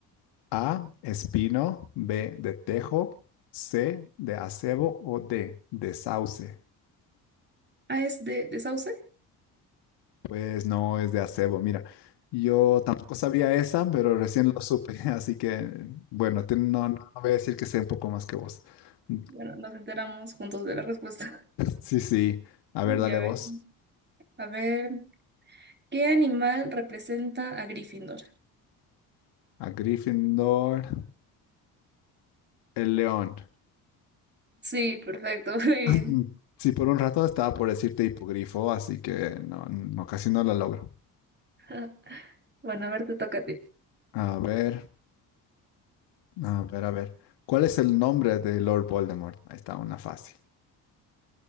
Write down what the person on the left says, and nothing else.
A, espino, B, de tejo, C, de acebo o D, de sauce.
Pues no es de acebo, mira, yo tampoco sabía esa, pero recién lo supe, <laughs> así que, bueno, te- no, no, no voy a decir que sé un poco más que vos. <laughs>
Sí, sí, a ver, dale
vos.
A Gryffindor, el león.
<clears throat> Sí, por un rato estaba por decirte hipogrifo, así que no, no, casi no la logro.
A ver, a ver, a ver. ¿Cuál es el nombre de Lord Voldemort? Ahí está una fácil.